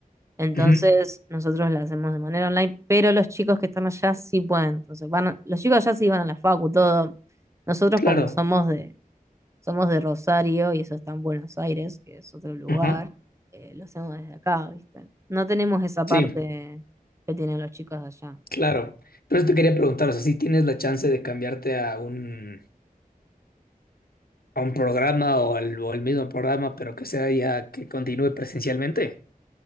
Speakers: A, on the right; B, on the left.
A: Entonces,
B: Ujú,
A: nosotros la hacemos de manera online, pero los chicos que están allá sí pueden. Entonces, van a- los chicos allá sí van a la facu, todo. Nosotros
B: Claro.
A: como somos de, somos de Rosario y eso está en Buenos Aires, que es otro lugar,
B: Ajá.
A: eh, lo hacemos desde acá, ¿viste? No tenemos esa
B: Sí,
A: parte que tienen los chicos de allá.
B: claro. Pero eso te quería preguntar, o sea, si tienes la chance de cambiarte a un, a un programa o al, o al mismo programa, pero que sea ya que continúe presencialmente.